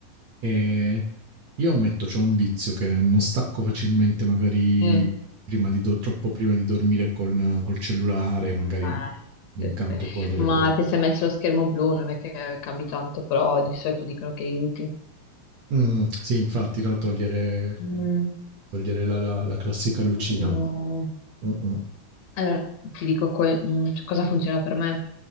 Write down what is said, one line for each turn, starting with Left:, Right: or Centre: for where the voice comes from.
Right: E io ammetto, c'ho un vizio che non stacco facilmente magari
Left: Mm.
Right: prima di do troppo prima di dormire con col cellulare, magari
Left: Ah,
Right: mi
Left: sì,
Right: incanto
Left: sì.
Right: a guardare
Left: Ma
Right: qualco
Left: ti sei messo lo schermo blu, non è che cambi tanto, però di solito dicono che aiuti.
Right: mh, sì infatti, no, togliere
Left: Mm.
Right: togliere la la la classica lucina.
Left: No.
Right: Mh-mh.
Left: Allora, ti dico que- mm, cioè, cosa funziona per me.